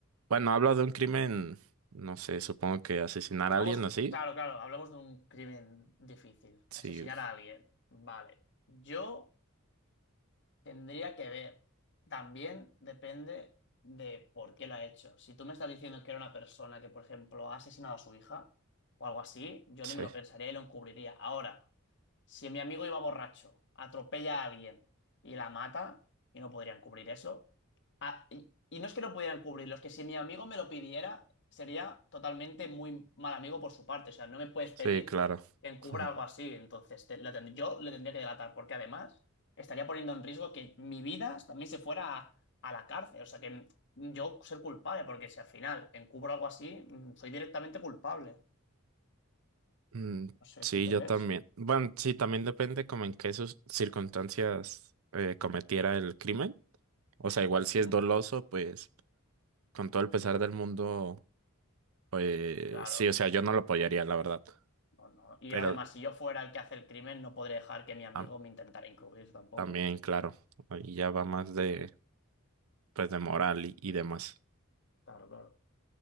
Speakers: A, on the right (about 75°); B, on the left (about 55°).
A: bueno, hablo de un crimen, no sé, supongo que asesinar
B: Pongamos,
A: a alguien así.
B: claro, claro, hablamos de un crimen difícil,
A: Sí,
B: asesinar a alguien. Vale, yo tendría que ver. También depende de por qué lo ha hecho. Si tú me estás diciendo que era una persona que, por ejemplo, ha asesinado a su hija o algo así, yo
A: sí,
B: ni me lo pensaría y lo encubriría. Ahora, si mi amigo iba borracho, atropella a alguien y la mata, y no podrían cubrir eso. Ah, y, y no es que no pudieran cubrirlo, es que si mi amigo me lo pidiera, sería totalmente muy mal amigo por su parte. O sea, no me puedes pedir
A: sí, claro.
B: que encubra
A: <laughs>
B: algo así. Entonces, te- la tend- yo le tendría que delatar, porque además estaría poniendo en riesgo que mi vida también se fuera a, a la cárcel. O sea, que mm, yo ser culpable, porque si al final encubro algo así, mm, soy directamente culpable.
A: Mm,
B: No sé,
A: sí,
B: ¿tú qué
A: yo
B: ves?
A: también. Bueno, sí, también depende como en qué sus circunstancias eh, cometiera el crimen. O sea, igual
B: Ujú.
A: si es doloso, pues con todo el pesar del mundo, pues
B: Claro.
A: sí, o sea, yo no lo apoyaría, la verdad.
B: No, no. Y
A: Pero
B: además, si yo fuera el que hace el crimen, no podría dejar que mi amigo
A: tam-
B: me intentara encubrir tampoco.
A: también, claro, ahí ya va más de, pues de moral y, y demás.
B: Claro, claro.